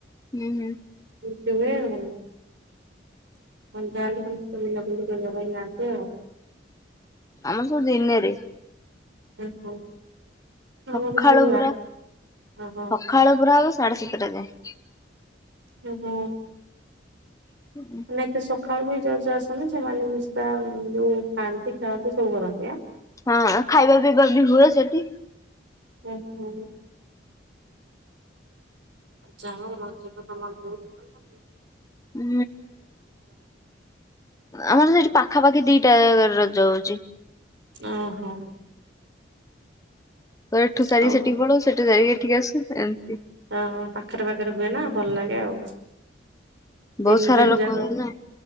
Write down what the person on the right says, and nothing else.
ଏମିତି ହୁଏ ଆଉ। ସନ୍ଧ୍ୟା ହେଲେ ସମସ୍ତେ ବୁଲା ବୁଲି କରିବା ପାଇଁ ଯାଆନ୍ତି ଆଉ।
<unintelligible> ଆମର
ସବୁ ରା
ଓହୋ
ହୁଁ ହୁଁ।
ନାଇଁ କି ସକାଳୁ ବି ଜଜ ଆସନ୍ତି ସେମାନେ କିଛି ଟା ଯୋଉ ଖାଆନ୍ତି ଖାଆନ୍ତି ସବୁ କରନ୍ତି ଆ।
ଉଁ ହୁଁ। ଯାହା ହଉ ରଜ ତ ତମର ବହୁତ ଭଲ ହୁଏ।
ଅ ହଁ।
ହଉ
ଓହୋ ପାଖରେ ପାଖରେ ହୁଏ ନା ଭଲ ଲାଗେ ଆଉ। ତିନି
ଦିନ
ଯାକ